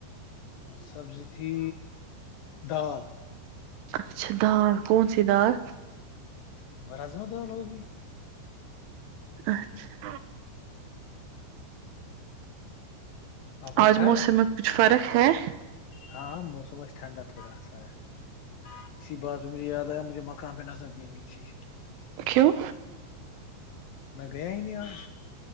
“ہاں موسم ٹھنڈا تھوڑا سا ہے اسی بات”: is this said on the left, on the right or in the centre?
Left